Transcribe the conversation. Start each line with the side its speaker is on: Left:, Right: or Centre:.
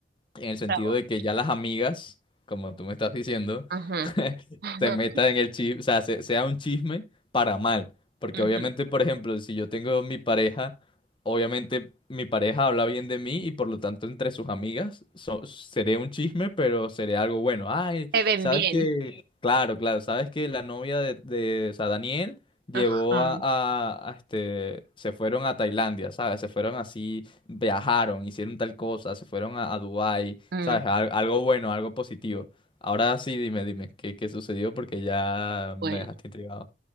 Left: en el sentido
Right: Bravo.
Left: de que ya las amigas, como tú me estás diciendo,
Right: Ajá.
Left: <laughs>
Right: Ajá.
Left: se metan en el chisme, o sea, se- sea un chisme para mal. Porque
Right: ujú.
Left: obviamente, por ejemplo, si yo tengo mi pareja, obviamente mi pareja habla bien de mí y por lo tanto entre sus amigas so- seré un chisme, pero seré algo bueno. Ay,
Right: Se ven
Left: ¿sabes
Right: bien.
Left: qué? Claro, claro, ¿sabes que La novia de, de, o sea, Daniel llevó
Right: Ajá.
Left: a, a- a, este, se fueron a Tailandia, ¿sabes? Se fueron así viajaron, hicieron tal cosa, se fueron a, a Dubái,
Right: Mm,
Left: ¿sabes? Al- algo bueno, algo positivo. Ahora sí, dime, dime, ¿qué, qué sucedió? Porque ya
Right: Bueno,
Left: me dejaste intrigado.